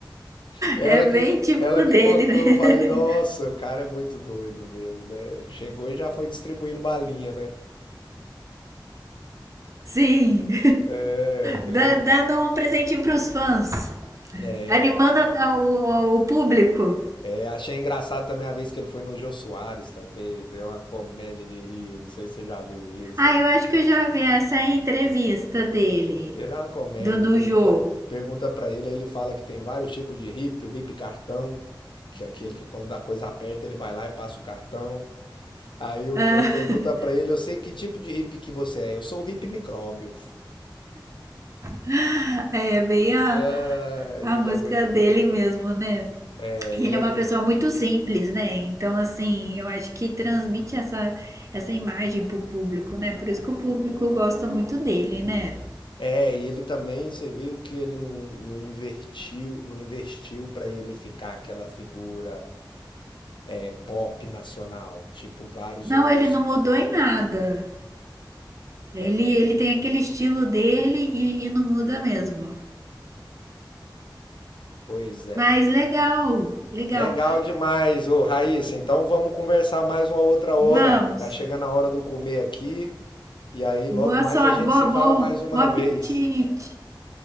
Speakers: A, on the left (about 75°); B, on the right (about 40°).
A: Ela
B: É bem
A: que me,
B: típico
A: ela me
B: dele,
A: contou,
B: né?
A: eu falei, nossa, o cara é muito doido mesmo, né? Chegou e já foi distribuindo balinha, né?
B: <laughs> Sim.
A: É, aquele.
B: Dá- Dando um presentinho pros fãs.
A: É,
B: Animando
A: a-
B: a- o, o público.
A: É, achei engraçado também a vez que ele foi no Jô Soares também, deu uma comédia de rir, não sei se você já viu isso.
B: Ah,
A: Ele,
B: eu acho que eu já vi essa entrevista dele.
A: ele é uma comédia,
B: Do Nujo.
A: pergunta pergunta para ele, aí ele fala que tem vários tipos de hippie, o hippie cartão, que é aquele que quando a coisa aperta ele vai lá e passa o cartão. Aí o
B: <laughs>
A: Jô pergunta pra ele, eu sei que tipo de hippie que você é, eu sou o hippie micróbio.
B: Ah, É bem a,
A: Ah, ele
B: a música
A: é muito
B: dele
A: doido.
B: mesmo, né?
A: É,
B: E
A: ele
B: Ele é
A: é
B: uma
A: muito
B: pessoa muito simples, né? Então, assim, eu acho que transmite essa, essa imagem pro público, né? Por isso que o público gosta muito dele, né?
A: É, e ele também, você viu que ele não, não invertiu, não investiu para ele ficar aquela figura é, pop nacional, tipo vários
B: Não,
A: outros,
B: ele não mudou em nada. Ele,
A: tá entendendo?
B: ele tem aquele estilo dele e, e não muda mesmo.
A: Pois é.
B: Mas legal, legal.
A: Legal demais, ô Raíssa. Então vamos conversar mais uma outra hora.
B: Vamos.
A: Tá chegando a hora do comer aqui, e aí logo
B: Boa
A: mais
B: sorte,
A: a gente
B: boa,
A: se
B: boa,
A: fala mais uma
B: bom apetite.
A: vez.